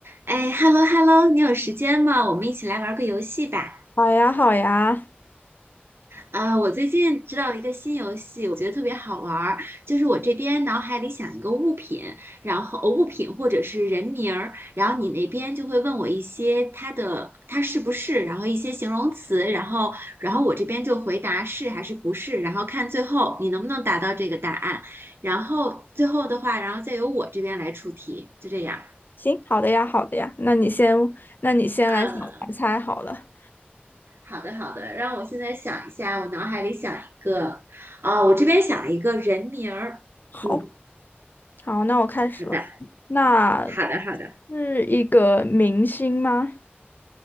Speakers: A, on the right; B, on the left.
A: 哎，hello hello，你有时间吗？我们一起来玩个游戏吧。
B: 好呀，好呀，
A: 啊，我最近知道了一个新游戏，我觉得特别好玩儿。就是我这边脑海里想一个物品，然后呃物品或者是人名儿，然后你那边就会问我一些它的它是不是，然后一些形容词，然后然后我这边就回答是还是不是，然后看最后你能不能达到这个答案。然后最后的话，然后再由我这边来出题，就这样。
B: 行，好的呀，好的呀。那你先，那你先来想来猜好了。
A: 嗯。好的，好的，让我现在想一下，我脑海里想一个，啊、我这边想了一个人名儿，
B: 好，
A: 嗯，
B: 好，那我开始了。
A: 好的，
B: 那
A: 好的，好的，
B: 是一个明星吗